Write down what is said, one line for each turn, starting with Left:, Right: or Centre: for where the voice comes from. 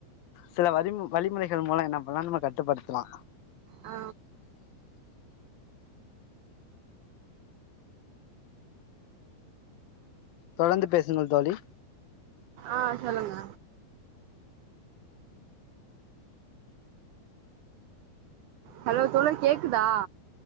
Left: சில வரி வழிமுறைகள் மூலோ என்ன பண்ணலா நம்ம கட்டுப்படுத்தலா
Right: ஆ
Left: தொடர்ந்து பேசுங்கள் தோழி
Right: ஆ சொல்லுங்க ஹலோ தோழன் கேக்குதா